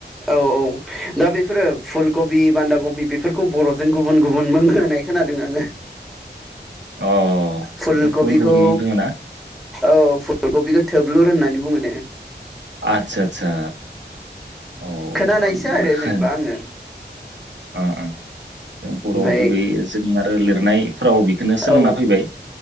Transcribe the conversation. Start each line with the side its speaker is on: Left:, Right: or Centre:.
Centre: औ औ दा बेफोरो फुलकबि बान्दाागबि बेफोरखौ बर'जों गुबुन गुबुन मुं होनाय खोनादों आङो
Right: अ
Centre: फुलकबिखौ
Right: बे गुबुन गुबुन मुं दङ ना।
Centre: औ फुलकबिखौ थोबलुर होननानै बुङो नो।
Right: आदसा आदसा औ
Centre: खोनानायसो
Right: आं
Centre: आरो जेनेबा आङो
Right: अ बर'आव
Centre: ओमफाय
Right: गुबै जों आरो। लिरनायफोराव बेखौनो सोलोंना
Centre: औ
Right: फैबाय